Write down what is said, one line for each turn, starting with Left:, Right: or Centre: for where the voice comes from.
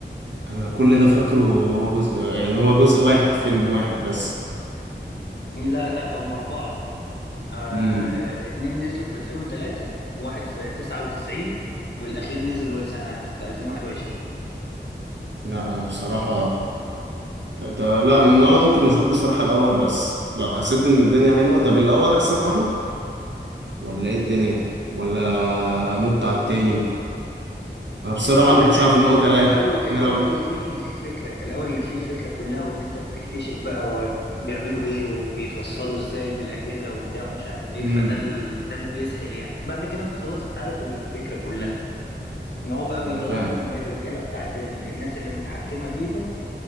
Right: انا كل ده فاكره هو جزء يعني هو جزء واحد فيلم واحد بس
Left: لا لا هم أربعة آه
Right: امم
Left: اتنين نزلوا في 2003 وواحد في 99 والأخير نزل سنة 2021
Right: لا انا بصراحة ده, ده لا انا النهارده ممكن اشوف بصراحة الاول بس لو حسيت ان الدنيا حلوة طب الاول احسن واحد ولا ايه الدنيا ولا نط على التاني انا بصراحة
Left: لا
Right: ما كنتش عارف
Left: ال-
Right: ان هو تلاتة
Left: الاول الاول
Right: احنا لو
Left: هو اللي فيه ال- الفكره الاول اللي فيه الفكره كلها وان انت بتكتشف بقى هو بيعملوا ايه وبيتوصلوا ازاي بالاجهزه وبتاع ومش عارف ايه
Right: امم
Left: فده ال... ده اللي بيسحل يعني بعد كده انت خلاص انت عارف الفكره كلها ان هو بقى بيطاردهم
Right: انا فاهم
Left: الرجاله بتاعت ال... الناس اللي متحكمه فيهم